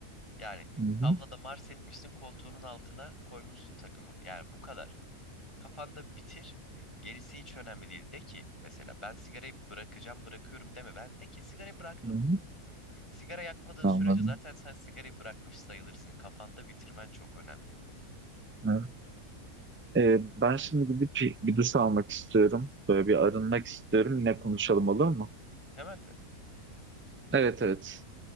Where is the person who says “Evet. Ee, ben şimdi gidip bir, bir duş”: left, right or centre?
Right